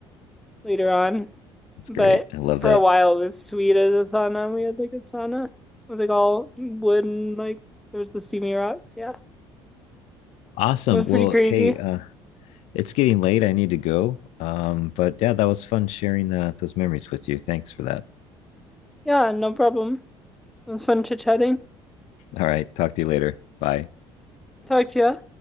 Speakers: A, in the centre; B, on the left.
A: later on,
B: That's
A: but
B: great. I love
A: for
B: that.
A: a while it was sweet as a sauna. We had like a sauna. It was like all wood and like there was the steamy rocks, yeah.
B: Awesome.
A: It was
B: Well,
A: pretty crazy.
B: hey, uh it's getting late. I need to go. Um, but yeah, that was fun sharing uh, those memories with you. Thanks for that.
A: Yeah, no problem. It was fun chit chatting.
B: All right. Talk to you later. Bye.
A: Talk to you.